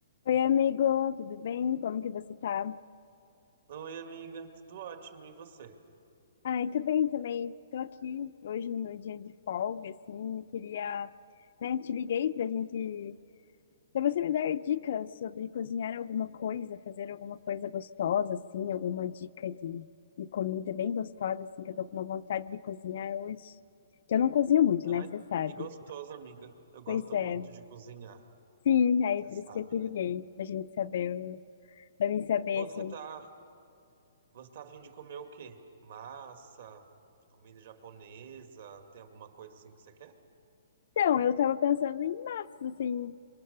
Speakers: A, on the left; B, on the right.
A: Oi, amigo, tudo bem? Como que você tá?
B: Oi, amiga, tudo ótimo, e você?
A: Ai, tô bem também. Tô aqui hoje no meu dia de folga, assim, e queria, né, te liguei pra gente, pra você me dar dicas sobre cozinhar alguma coisa, fazer alguma coisa gostosa, assim, alguma dica de, de comida bem gostosa, assim, que eu tô com uma vontade de cozinhar hoje. Que eu não cozinho muito, né,
B: Ai,
A: você sabe.
B: que gostoso, amiga. Eu gosto
A: Pois é.
B: muito de cozinhar,
A: Sim, aí
B: você
A: por
B: sabe,
A: isso que eu te
B: né?
A: liguei, pra gente saber, o- pra mim saber,
B: Você
A: assim.
B: tá, você tá a fim de comer o quê? Massa, comida japonesa, tem alguma coisa assim que você quer?
A: Então, eu tava pensando em massas, assim,